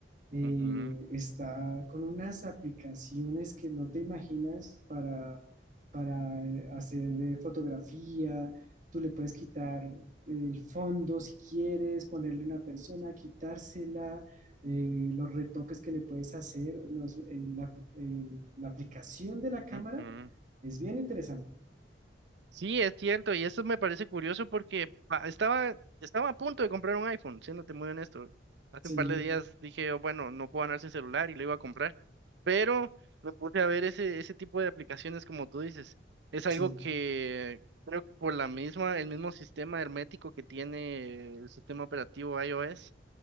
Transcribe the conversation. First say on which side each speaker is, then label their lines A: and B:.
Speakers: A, on the right; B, on the right.
A: eh,
B: ujú,
A: está con unas aplicaciones que no te imaginas para, para eh, hacer eh, fotografía. Tú le puedes quitar el fondo si quieres, ponerle una persona, quitársela, eh, los retoques que le puedes hacer. No, es- en la, en la aplicación de la cámara
B: ujú.
A: es bien interesante.
B: Sí, es cierto, y eso me parece curioso porque pa- estaba, estaba a punto de comprar un iPhone, siéndote muy honesto. Hace
A: Sí,
B: un par de días dije, "Oh, bueno, no puedo andar sin celular y lo iba a comprar, pero me puse a ver ese, ese tipo de aplicaciones como tú dices. Es algo
A: sí,
B: que creo que por la misma, el mismo sistema hermético que tiene el sistema operativo iOS,